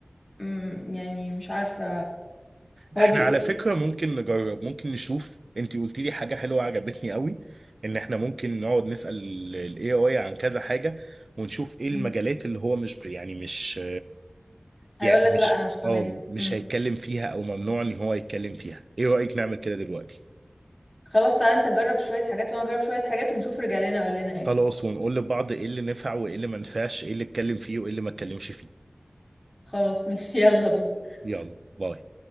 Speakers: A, on the left; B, on the right.
A: مم، يعني مش عارفة
B: احنا
A: هو بي
B: على فكرة ممكن نجرب ممكن نشوف انتي قلتي لي حاجة حلوة عجبتني قوي ان احنا ممكن نقعد نسأل ال AI عن كذا حاجة ونشوف ايه
A: مم.
B: المجالات اللي هو مش يعني مش
A: هيقول
B: يعني
A: لك
B: مش
A: لا انا مش هعملها
B: اه مش
A: مم.
B: هيتكلم فيها او ممنوع ان هو يتكلم فيها ايه رأيك نعمل كده دلوقتي
A: خلاص تعالى انت جرب شوية حاجات وانا اجرب شوية حاجات ونشوف رجع لنا قال لنا ايه
B: خلاص ونقول لبعض ايه اللي نفع وايه اللي ما نفعش ايه اللي اتكلم فيه وايه اللي ما اتكلمش فيه
A: خلاص ماشي <laughs> يلا بينا
B: يلا باي